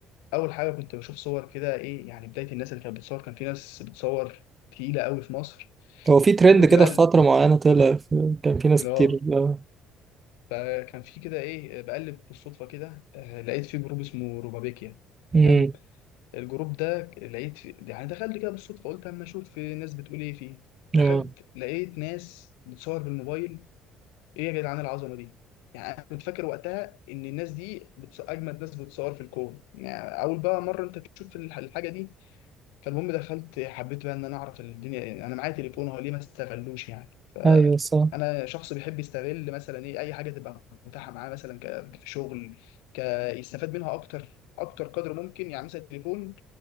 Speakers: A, on the left; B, on the right.
A: اول حاجه كنت بشوف صور كده ايه يعني بدايه الناس اللي كانت بتصور كان في ناس بتصور تقيله قوي في مصر
B: هو في ترند
A: كنت
B: كده
A: بقى
B: في فترة معينة طلع في- كان في ناس
A: اه
B: كتير آه.
A: فكان في كده ايه بقلب بالصدفه كده آه، لقيت في جروب اسمه روبابيكيا تمام
B: امم
A: الجروب ده لقيت في يعني دخلت كده بالصدفه قلت اما اشوف في ناس بتقول ايه فيه
B: اه
A: دخلت لقيت ناس بتصور بالموبايل ايه يا جدعان العظمه دي يعني انا كنت فاكر وقتها ان الناس دي بتص... اجمد ناس بتصور في الكون يعني اول بقى مره انت تشوف الح- الحاجه دي فالمهم دخلت حبيت بقى ان انا اعرف الدنيا يعني انا معايا تليفون هو ليه ما استغلوش يعني فانا
B: ايوه صح
A: شخص بيحب يستغل مثلا ايه اي حاجه تبقى متاحه معاه مثلا ك- كشغل ك يستفاد منها اكتر اكتر قدر ممكن يعني مثلا التليفون